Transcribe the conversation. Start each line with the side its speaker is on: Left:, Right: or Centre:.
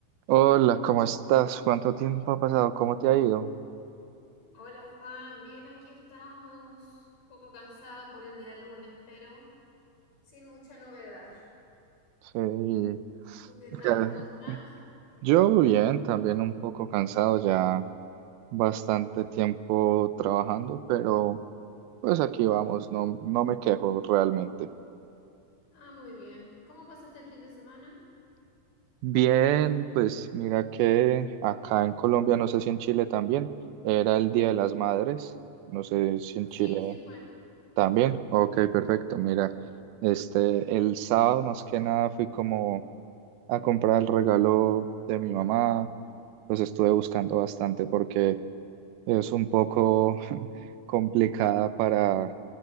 Right: Hola, ¿cómo estás? ¿Cuánto tiempo ha pasado? ¿Cómo te ha ido?
Left: Hola Juan, bien, aquí estamos, un poco cansada por el día lunes, pero sin mucha novedad.
Right: Sí.
Left: ¿Tú qué tal?
Right: ya-
Left: ¿Cómo estás?
Right: Yo bien, también un poco cansado, ya bastante tiempo trabajando, pero pues aquí vamos, no, no me quejo realmente.
Left: Ah, muy bien. ¿Cómo pasaste el fin de semana?
Right: Bien, pues mira que acá en Colombia, no sé si en Chile también, era el Día de las Madres, no sé si
Left: Ah,
Right: en
Left: sí,
Right: Chile
Left: sí fue.
Right: también. Ok, perfecto, mira, este, el sábado más que nada fui como a comprar el regalo de mi mamá, pues estuve buscando bastante porque es un poco <laughs> complicada para